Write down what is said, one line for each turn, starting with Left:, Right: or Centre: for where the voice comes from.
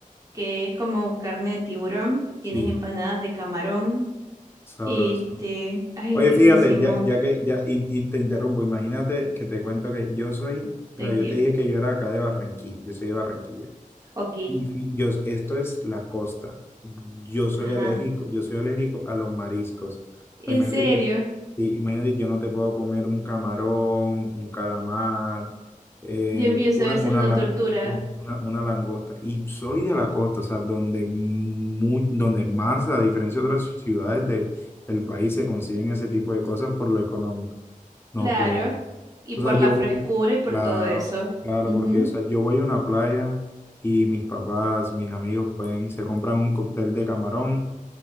Right: que es como carne de tiburón.
Left: Sí,
Right: Tienes empanadas de camarón.
Left: sabroso.
Right: Este, ay,
Left: Oye,
Right: riquísimo.
Left: fíjate, ya, ya que ya in- in- te interrumpo, imagínate que te cuento que yo soy, o
Right: Tranquilo.
Left: sea, yo te dije que yo era acá de Barranquilla, yo soy de Barranquilla.
Right: Ok,
Left: Y fi- yo, esto es la costa. Yo soy
Right: ajá.
Left: alérgico, yo soy alérgico a los mariscos.
Right: ¿En
Left: O sea, imagínate
Right: serio?
Left: que, sí, imagínate, yo no te puedo comer un camarón, un calamar, eh,
Right: Dios mío, eso
Left: una,
Right: debe ser
Left: una,
Right: una
Left: lan-
Right: tortura.
Left: una, una- una langosta. Y soy de la costa, o sea, donde, mu- donde más, a diferencia de otras ciudades de, del país, se consiguen ese tipo de cosas por lo económico. No
Right: Claro.
Left: puedo.
Right: Y
Left: O
Right: por
Left: sea, yo
Right: la frescura
Left: voy,
Right: y por
Left: claro,
Right: todo eso.
Left: claro,
Right: Ujú.
Left: porque o sea, yo voy a una playa y mis papás, mis amigos pueden, se compran un cóctel de camarón,